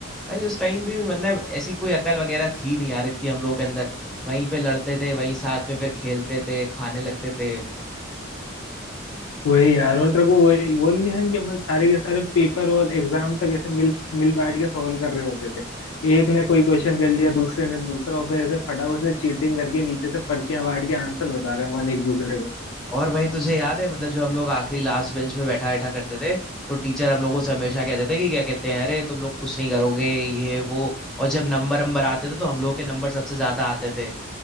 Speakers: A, in the centre; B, on the left.
A: भाई उस टाइम भी, भी मतलब ऐसी कोई अकल वगैरह थी नहीं यार इतनी हम लोगों के अंदर वहीं पे लड़ते थे वहीं साथ में फिर खेलते थे खाने लगते थे
B: वही यार और तेरे को वही वो नहीं ध्यान कि अपन सारे के सारे पेपर और एग्जाम तक ऐसे मिल मिल बैठ के सॉल्व कर रहे होते थे एक ने कोई क्वेश्चन कर लिया दूसरे ने दूसरा और फिर ऐसे फटाफट से चीटिंग करके नीचे से पर्चियां बांट के आंसर बता रहे हैं अपन एक दूसरे को
A: और भाई तुझे याद है मतलब जो हम लोग आखिरी लास्ट बेंच में बैठा बैठा करते थे तो टीचर हम लोगों से हमेशा कहते थे कि क्या कहते हैं अरे तुम लोग कुछ नहीं करोगे ये वो और जब नंबर नंबर आते थे तो हम लोग के नंबर सबसे ज्यादा आते थे